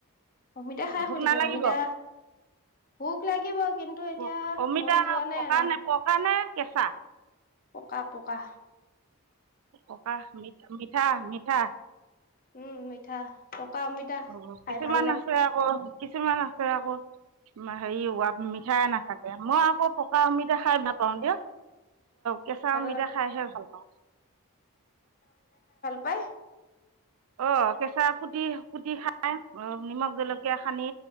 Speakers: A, on the left; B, on the right.
A: অমিতা খাই
B: ভোক
A: শুই থাকিম
B: নালাগিব
A: মমিতা ভোক লাগিব কিন্তু এতিয়া
B: পক অমিতা
A: মন যোৱা নাই
B: পকা
A: আৰু
B: নে পকা নে কেঁচা
A: পকা পকা
B: পকা মিঠা মিঠা
A: উম মিঠা পকা অমিতা
B: অ
A: খাই
B: কিছুমান
A: ভাল লাগে
B: আছে আকৌ কিছুমান আকৌ হেৰি মিঠাই নাথাকে মই আকৌ পকা অমিতা খাই ভাল পাওঁ দিয়া কেঁচা
A: ভাল
B: অমিতা
A: ন।
B: খাইহে ভাল পাওঁ
A: পাই
B: অ কেঁচা কুটি কুটি খাই নিমখ জলকীয়া খানি